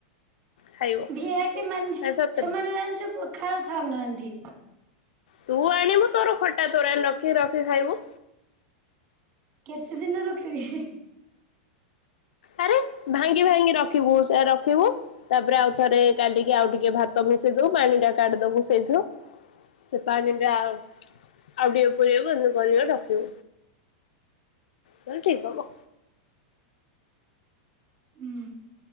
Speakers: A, on the left (about 85°); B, on the right (about 30°).
A: ଖାଇବ
B: ଭିଆଇପି ମାନେ
A: ଆ ସତରେ
B: ସେମାନେ ଜାଣିଛୁ ପ ଖାଳ ଖାଉନାହାନ୍ତି।
A: ତୁ ଆଣିବୁ ତୋର ଖଟା ତୋରାଣି ରଖି ରଖି ଖାଇବୁ।
B: କେତେ ଦିନ ରଖିବି ହି ହୀ।
A: ଆରେ ଭାଙ୍ଗି ଭାଙ୍ଗି ରଖିବୁ ସେରା ରଖିବୁ। ତାପରେ ଆଉ ଥରେ କାଲିକି ଆଉ ଟିକେ ଭାତ ମିଶେଇ ଦବୁ ପାଣି ଟା କାଢିଦବୁ ସେଇଥୁରୁ ସେ ପାଣି ଟା ଆଉ, ଆଉ ଟିକେ ପୁରେଇବୁ ଇମିତି କରି କରି ରଖିବୁ। ତାହାଲେ ଠିକ୍ ହବ।
B: ହୁଁ।